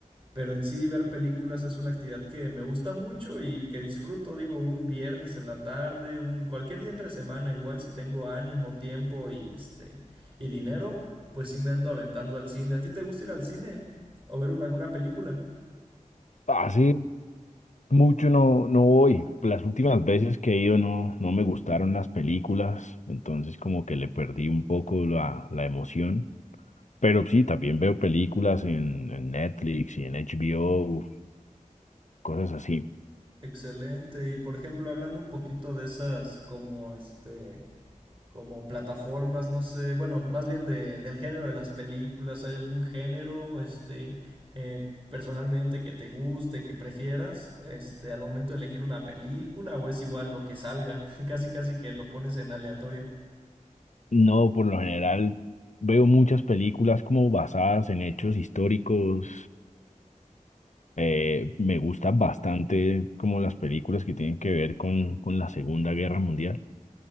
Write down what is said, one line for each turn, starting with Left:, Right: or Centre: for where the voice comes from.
Right: Pero en sí ver películas es una actividad que me gusta mucho y que disfruto, digo, un viernes en la tarde, un cualquier día entre semana, igual si tengo ánimo, tiempo y este y dinero, pues sí me ando aventando al cine. ¿A ti te gusta ir al cine o ver un- alguna película?
Left: Hace mucho no, no voy. Las últimas veces que he ido no, no me gustaron las películas, entonces como que le perdí un poco la, la emoción. Pero sí, también veo películas en, en Netflix y en HBO, cosas así.
Right: Excelente. Y por ejemplo, hablando un poquito de esas como este como plataformas, no sé, bueno, más bien de, del género de las películas, ¿hay algún género, este, eh, personalmente que te guste, que prefieras, este, al momento de elegir una película o es igual lo que salga, <laughs> casi casi que lo pones en aleatorio?
Left: No, por lo general veo muchas películas como basadas en hechos históricos. Eh, me gustan bastante como las películas que tienen que ver con, con la Segunda Guerra Mundial.